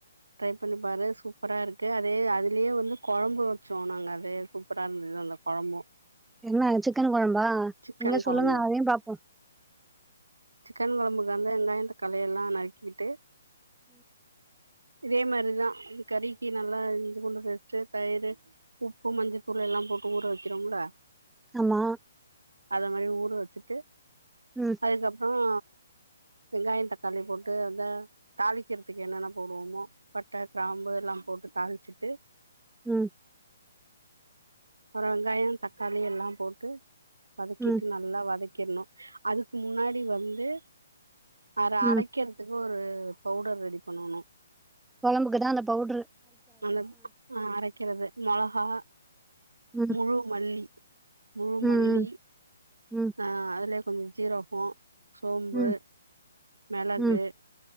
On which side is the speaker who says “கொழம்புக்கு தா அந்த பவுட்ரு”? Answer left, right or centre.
Centre